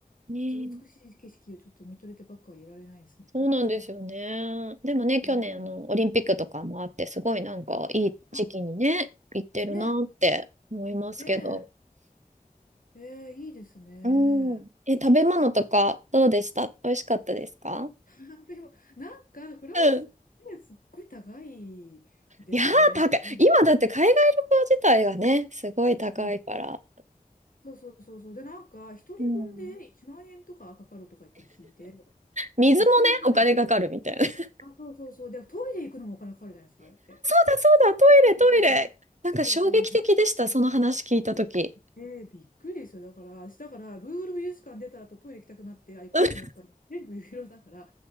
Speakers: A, on the right; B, on the left.
A: ねえ、
B: ちょっと美しい景色をちょっと見とれてばっかはいられないですね、
A: そうなんですよね。
B: じゃあね。
A: でもね、去年あの、
B: えー、
A: オリンピックとかもあって、すごいなんかいい時期にね、
B: あ、
A: 行ってるなって思いますけど。
B: ねえ、ねえ、えーいいですね。
A: うん。え、食べ物とかどうでした美味しかったですか
B: <laughs> でも、なんか、フランスってすっごい高いですよね。
A: うん。いやー、高い。
B: うん。
A: 今だって海外旅行自体がね、すごい高いから。
B: うん。そうそうそうそう。で、なんか、一人分で1万円とかかかるとか言って聞いて、
A: うん水もね、
B: え、絶対行かないの。
A: お金かかるみたいな。<laughs> あ、そう
B: あ、そうそうそう。で、トイレ行くのもお金かかるじゃないですか、あれって。
A: だそうだ、トイレトイレ。
B: そうそうそう。
A: なんか衝撃的でした、
B: そうそう、あれ。
A: その話聞いたとき。
B: ええびっくりですよ。だから、私、だから、ルーブル美術館出た後、トイレ行きたくなって、あ、行こうと思ったら、
A: <laughs>
B: 全部ユーロだから、